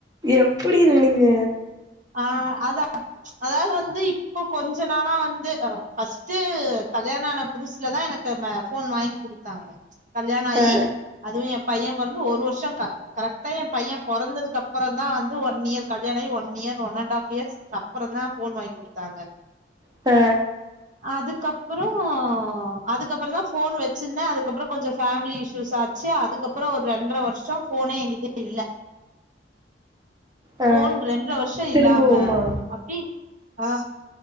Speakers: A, on the right; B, on the right.
A: எப்டி இருந்தீங்க
B: ஆ அதா அதாது வந்து இப்ப கொஞ்ச நாளா வந்து ஃபர்ஸ்ட் கல்யாண ஆன புதுசுல தா எனக்கு ஃபோன் வாங்கி குடுத்தாங்க கல்யாண ஆயி
A: ஆ
B: அதுவு ஏ பையே பொறந்து ஒரு வருஷ்ஷோ க கரெக்டா ஏ பையே பொறந்ததுக்கு அப்றோ தா வந்து ஒன் இயர் கல்யாண ஆயி one year one and half இயர்ஸ்க்கப்றோ தா ஃபோன் வாங்கி குடுத்தாங்க
A: ஆ
B: அதுக்கப்றோ அதுக்கப்றந்தா ஃபோன் வச்சிருந்தே அதுக்கப்றோ கொஞ்சோ ஃபேமிலி இஸ் யூஸ் ஆச்சி அதுக்கப்பறோ ஒரு ரெண்ற வருஷ்ஷோ ஃபோனே எங்கிட்ட இல்ல
A: ஆ
B: ஃபோன் ரெண்ற வருஷ்ஷோ
A: திரும்புவோமா
B: இல்லாம அப்டி ஆ